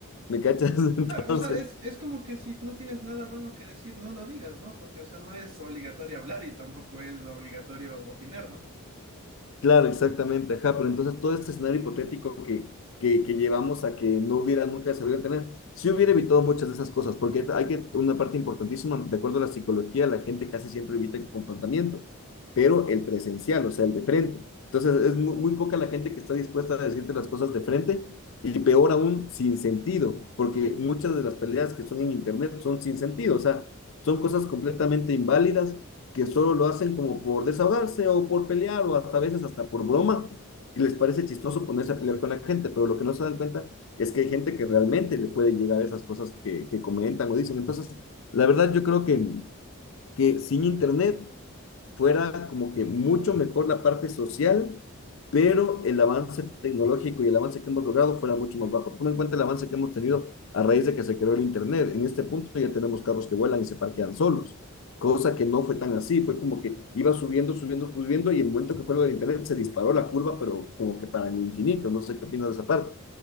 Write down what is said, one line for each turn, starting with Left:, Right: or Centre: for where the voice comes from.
Left: ¿Me cachas? <laughs> Entonces,
Right: Claro, o sea, es, es como que si no tienes nada bueno que decir, no lo digas, ¿no? Porque, o sea, no es obligatorio hablar y tampoco es obligatorio opinar, ¿no?
Left: Claro, exactamente, ajá, pero entonces todo este escenario hipotético que, que, que llevamos a que no hubiera nunca desarrollado Internet, sí hubiera evitado muchas de esas cosas, porque hay que, una parte importantísima, de acuerdo a la psicología, la gente casi siempre evita el confrontamiento, pero el presencial, o sea, el de frente. Entonces es muy, muy poca la gente que está dispuesta a decirte las cosas de frente y peor aún, sin sentido, porque muchas de las peleas que son en Internet son sin sentido, o sea, son cosas completamente inválidas que solo lo hacen como por desahogarse o por pelear o hasta a veces hasta por broma. Y les parece chistoso ponerse a pelear con la gente, pero lo que no se dan cuenta es que hay gente que realmente le puede llegar esas cosas que, que comentan o dicen. Entonces, la verdad yo creo que, que sin internet fuera como que mucho mejor la parte social, pero el avance tecnológico y el avance que hemos logrado fuera mucho más bajo. Toma en cuenta el avance que hemos tenido a raíz de que se creó el Internet. En este punto ya tenemos carros que vuelan y se parquean solos, cosa que no fue tan así, fue como que iba subiendo, subiendo, subiendo y en el momento que fue lo del Internet se disparó la curva, pero como que para el infinito, no sé qué opinas de esa parte.